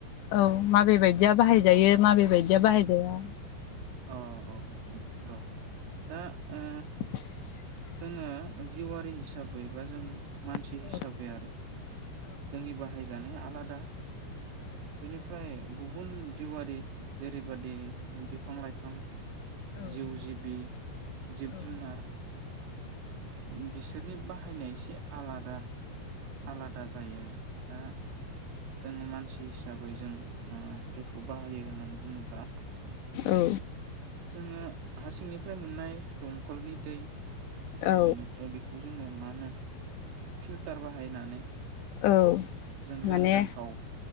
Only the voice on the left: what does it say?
औ माबे बायदिया बाहायजायो माबे बायदिया बाहाय जाया
<inaudible>
औ
औ
औ
औ
नंगौ
औ
औ।
औ
औ
माने